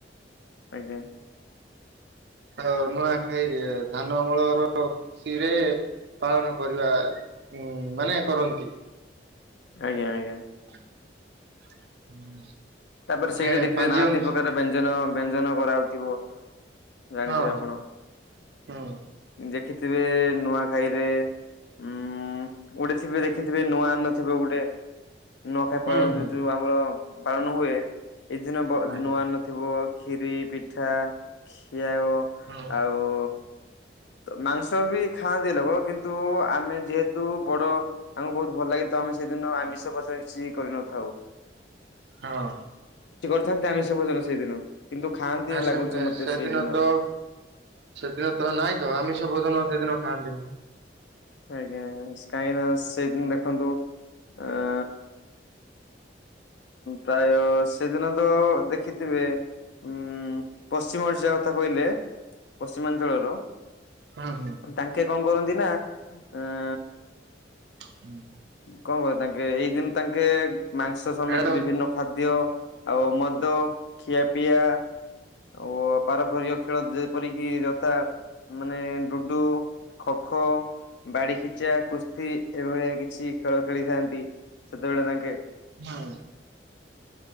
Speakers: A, on the left; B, on the right.
A: ଆଜ୍ଞା
B: ଆଉ ନୂଆଖାଇ ଧାନ ଅମଳର ଖୁସିରେ ପାଳନ କରିବା ଉ ମାନେ କରନ୍ତି।
A: ଆଜ୍ଞା ଆଜ୍ଞା।
B: <inaudible>
A: ତାପରେ
B: ମାନେ
A: ସେଇି ଦେଖିଥ
B: ପାଞ୍ଜି
A: ନାହାତି
B: ଅନୁ
A: ପ୍ରକାର ବ୍ୟଞ୍ଜନ ବ୍ୟଞ୍ଜନ କରାହାଉଉଥିବ। ଜାଣିଥିବେ
B: ହଁ
A: ଆପଣ
B: ହଁ
A: ଦେଖ ଜାଣିଥିବେ ନୂଆଖାଇରେ ଊୂ। ଊ ଉଡିଥିବେ ଦେଖିଥିବେ ନୂଆ ନଥିବ ଗୋଟେ‌। ନ ଖାଇ ପାର
B: ହୁଁ ହୁଁ ହୁଁ
A: ଯୋଉ ଆମର ପାଳନ ହୁଏ ଏଇଦିନ
B: ଆଜ୍ଞା
A: ନୂଆ ନଥିବ। ଖୀରି ପିଠା ଖିଆ ହଁ
B: ହୁଁ
A: ଆଉ। ମାଂସ ବି ଖାଆନ୍ତି ଲୋକ କିନ୍ତୁ ଆମେ ଯେହେତୁ ବଡ ଆମକୁ ବହୁତ ଭଲ ଲାଗେତ। ଆମେ ସେଇଦିନ ଆମିଷ ପସ କିଛି କରିନଥାଉ।
B: ହଁ।
A: ଥାନ୍ତେ ଆମେ ସବୁ ଜଣ ସେଇଦିନ <unintelligible> ଖାଆନ୍ତି
B: ନା
A: ଲାଗୁଛି
B: ସେ
A: ମତେ
B: ସେଦିନ
A: ସେଇଦିନ।
B: ତ ସେଦିନ ତ ନାଇଁ। ତ ଆମିସ ଭୋଜନ ସେଦିନ ଖାଆନ୍ତିିନି।
A: ଆଜ୍ଞା ଆଜ୍ଞା କାହିଁକି ନା ସେଇଦିନ ଦେଖନ୍ତୁ ଆ ପ୍ରାୟ ସେଦିନ ତ ଦେଖିଥିବେ ଉଁ ପଶ୍ଚିମ ଓଡିଶା କଥା କହିଲେ ପଶ୍ଚିମାଞ୍ଚଳର।
B: ହୁଁ ହୁଁ
A: ତାଙ୍କେ କଣ କରନ୍ତି ନା ଆ
B: ହୁଁ
A: କଣ କହ ତାଙ୍କେ ଏଇ ଦିନ ତାଙ୍କେ ମାଂସ ସମେତ
B: ହୁଁ ହୁଁ
A: ବିଭିନ୍ନ ଖାଦ୍ୟ ଆଉ ମଦ ଖିଆପିଆ ଓ ପାରମ୍ପରିକ ଖେଳ ଏପରିକି ଯଥା ମାନେ ଲୁଡୁ ଖୋ ଖୋ ବାଡି ଖିଚା, କୁସ୍ତି ଏଭଳିଆ କିଛି ଖେଳ ଖେଳିଥାନ୍ତି ସେତେବେଳେ ତାଙ୍କେ
B: ହଁ।